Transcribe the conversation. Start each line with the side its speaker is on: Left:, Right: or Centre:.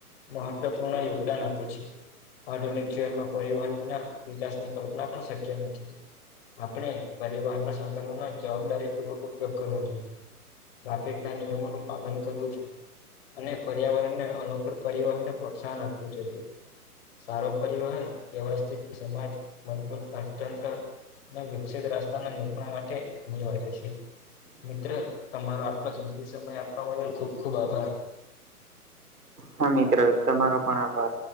Left: મહત્વપૂર્ણ યોગદાન આપે છે. આધુનિક જીવનમાં પરિવહન વિના વિકાસની કલ્પના પણ શક્ય નથી, આપણે પરિવહન ના સાધનો ના જવાબદારી પૂર્વક ઉપયોગ કરવો જોઈએ. ટ્રાફિક ના નિયમોનું પાલન કરવું જોઈએ, અને પર્યાવરણને અનુ પરિવહન ને પ્રોત્સાહન આપવું જોઈએ. સારો પરિવહન વ્યવસ્થિત સમાજ મજબૂત અર્થતંત્ર વિકસિત રસ્તાના નીકણ માટે અનિવાર્ય છે. મિત્ર તમારો આટલો કિંમતી સમય આપવા બદલ ખુબ ખુબ આભાર.
Right: હા, મિત્રો તમારો પણ આભાર.